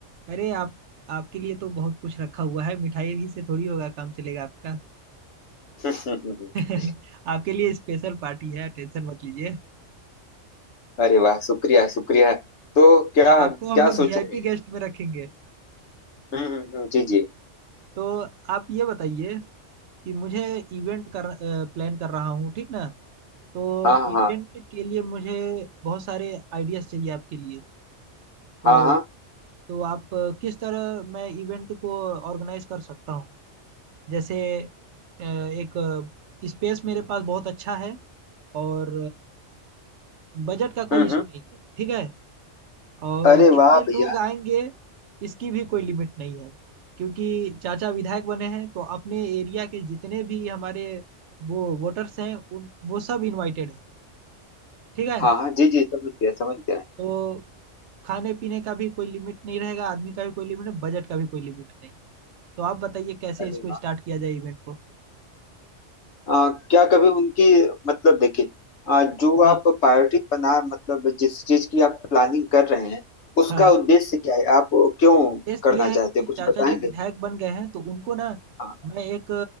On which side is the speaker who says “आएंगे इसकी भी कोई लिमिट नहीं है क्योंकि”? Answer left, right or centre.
Right